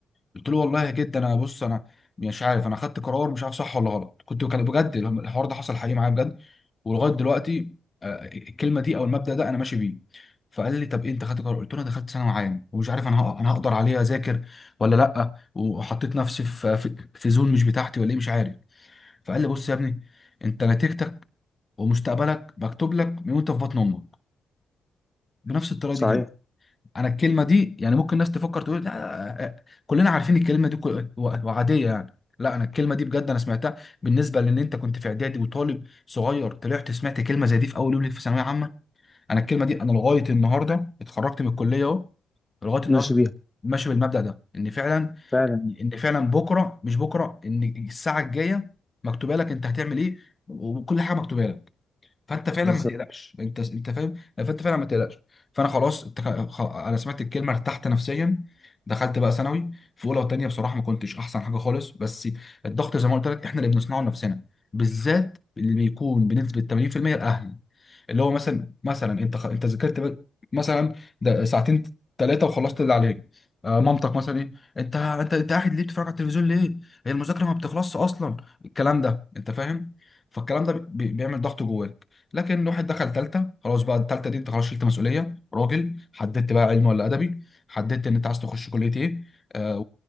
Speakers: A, on the left; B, on the left.
A: قلت له والله جدا انا بص انا مش عارف انا خدت قرار مش عارف صح ولا غلط كنت كان بجد الحوار ده حصل حقيقي معايا بجد ولغايه دلوقتي آه، الكلمه دي او المبدا ده انا ماشي بيه فقال لي طب ايه انت خدت قرار قلت له انا دخلت ثانوي عام ومش عارف انا هق- انا هقدر عليها اذاكر ولا لا وحطيت نفسي في في في زون مش بتاعتي ولا ايه مش عارف فقال لي بص يا ابني انت نتيجتك ومستقبلك مكتوب لك من وانت في بطن امك بنفس الطريقه
B: صحيح
A: دي كده انا الكلمه دي يعني ممكن الناس تفكر تقول لا آه، آه، كلنا عارفين الكلمه دي كل- و- وعاديه يعني لا انا الكلمه دي بجد انا سمعتها بالنسبه لان انت كنت في اعدادي وطالب صغير طلعت سمعت كلمه زي دي في اول يوم ليك في ثانويه عامه انا الكلمه دي انا لغايه النهارده اتخرجت من الكليه اهو لغايه النهارده
B: ماشي بيها
A: ماشي بالمبدا ده ان فعلا
B: فعلا
A: ان إن فعلا بكره مش بكره ان الساعه الجايه مكتوبه لك انت هتعمل ايه وكل حاجه مكتوبه لك فانت فعلا
B: بالظبط
A: ما تقلقش انت انت فاهم فانت فعلا ما تقلقش فانا خلاص انت خ- انا سمعت الكلمه ارتحت نفسيا دخلت بقى ثانوي في اولى وثانيه بصراحه ما كنتش احسن حاجه خالص بس الضغط زي ما قلت لك احنا اللي بنصنعه لنفسنا بالذات اللي بيكون بنسبه 80% الاهل اللي هو مثلا مثلا انت خ... انت ذاكرت بقى- مثلا ده ساعتين ثلاثه وخلصت اللي عليك آه، مامتك مثلا ايه انت انت انت قاعد ليه بتتفرج على التلفزيون ليه هي المذاكره ما بتخلصش اصلا الكلام ده انت فاهم فالكلام ده بي... بيعمل ضغط جواك لكن واحد دخل تالتة خلاص بقى التالتة دي انت خلاص شلت مسؤولية راجل حددت بقى علم ولا أدبي حددت ان انت عايز تخش كلية ايه آه